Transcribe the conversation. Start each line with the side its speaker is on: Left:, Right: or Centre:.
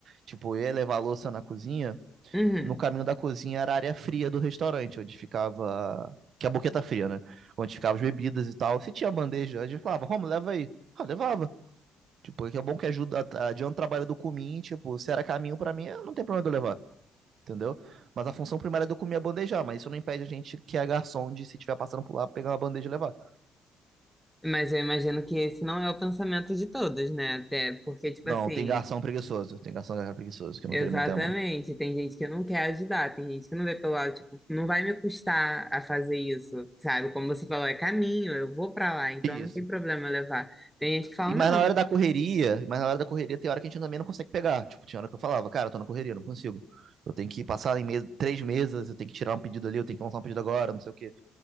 Right: tipo, eu ia levar a louça na cozinha,
Centre: Uhum.
Right: no caminho da cozinha era a área fria do restaurante, onde ficava, que é a boqueta fria, né? Onde ficavam as bebidas e tal. Se tinha bandeja, a gente falava, Romo, leva aí. Ah, levava. Tipo, é que é bom que ajuda, adianta o trabalho do Kumin, tipo, se era caminho pra mim, ah, não tem problema de eu levar entendeu? Mas a função primária é do comer é bandejar, mas isso não impede a gente que é garçom de, se tiver passando por lá, pegar uma bandeja e levar.
Centre: Mas eu imagino que esse não é o pensamento de todos, né? Até porque, tipo
Right: Não,
Centre: assim,
Right: tem garçom preguiçoso, tem garçom preguiçoso que não
Centre: Exatamente.
Right: quer meter a mão.
Centre: Tem gente que não quer ajudar, tem gente que não vê pelo lado, tipo, não vai me custar a fazer isso, sabe? Como você falou, é caminho, eu vou pra lá, então
Right: Isso.
Centre: não tem problema levar. Tem gente que fala,
Right: E
Centre: não.
Right: mas na hora da correria, mas na hora da correria tem hora que a gente também não consegue pegar. Tipo, tinha hora que eu falava, cara, eu tô na correria, não consigo. Eu tenho que passar em mesa, três mesas, eu tenho que tirar um pedido ali, eu tenho que lançar um pedido agora, não sei o quê.